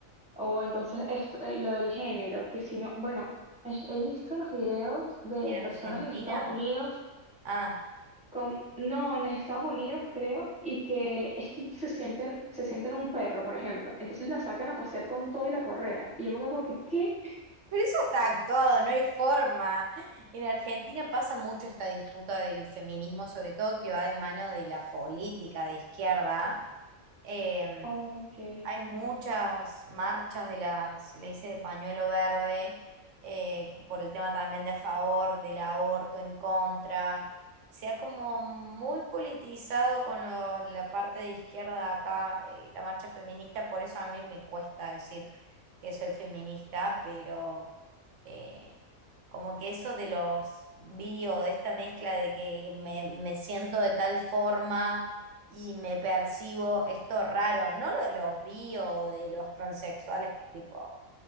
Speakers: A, in the centre; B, on the right.
A: O entonces esto, eh, lo del género, que si no, bueno, es- he visto unos videos de
B: ¿En
A: personas
B: Argentina?
A: en Estados Unidos
B: Ah.
A: con, no, en Estados Unidos creo, y que es que se sienten, se sienten un perro, por ejemplo. Entonces lo sacan a pasear con todo y la correa. Y yo me quedo como que, ¿qué?
B: Pero eso está actuado, no hay forma. En Argentina pasa mucho esta disputa del feminismo, sobre todo que va de mano de la política de izquierda. eh,
A: Ok.
B: hay muchas marchas de las, se le dice de pañuelo verde, eh, por el tema también de a favor del aborto, en contra. Se ha como muy politizado con lo- la parte de izquierda acá, eh, la marcha feminista, por eso a mí me cuesta decir que soy feminista, pero eh, como que eso de los bio, de esta mezcla de que me, me siento de tal forma y me percibo esto raro, no lo de los bi o de los transexuales, que tipo,